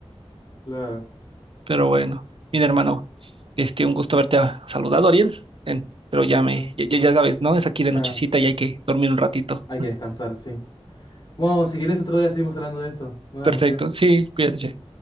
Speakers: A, on the left; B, on the right.
A: claro.
B: Pero bueno, mira, hermano, este, un gusto haberte ah, saludado, Ariel. Ten, pero ya
A: Listo.
B: me, ya, ya ya sabes, ¿no? Es aquí de nochecita
A: Ya
B: y hay que dormir un ratito.
A: hay que descansar, sí. Bueno, si querés otro día seguimos hablando de esto. Nos
B: Perfecto,
A: vemos, che.
B: sí, cuídate. che.